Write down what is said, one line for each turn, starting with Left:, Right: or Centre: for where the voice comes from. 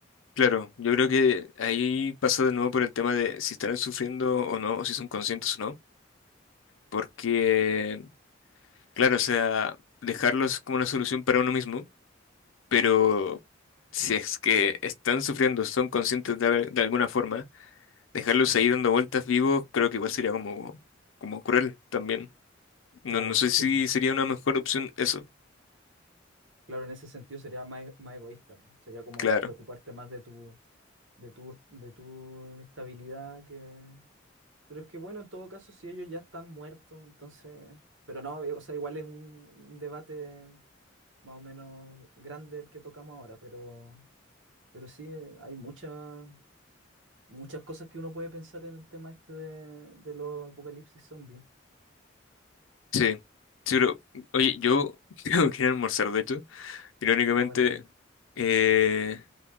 Left: Claro, yo creo que ahí pasa de nuevo por el tema de si estarán sufriendo o no, o si son conscientes o no. Porque, claro, o sea, dejarlos como una solución para uno mismo, pero si es que están sufriendo, son conscientes de, al- de alguna forma, dejarlos ahí dando vueltas vivos, creo que igual sería como, como cruel también. No,
Right: Claro,
Left: no sé
Right: sí.
Left: si sería una mejor opción eso,
Right: Claro, en ese sentido sería más, e- más egoísta, po. Sería como
Left: claro.
Right: preocuparte más de tu, de tu, de tu estabilidad que... Pero es que bueno, en todo caso, si ellos ya están muertos, entonces... Pero no, eh, o sea, igual es un, un debate más o menos grande el que tocamos ahora, pero, pero sí, eh, hay muchas muchas cosas que uno puede pensar en el tema este de, de los apocalipsis zombies.
Left: Sí, sí, pero, oye, yo <laughs> tengo que ir a almorzar, de hecho, irónicamente,
Right: Ah, vale, vale.
Left: eh,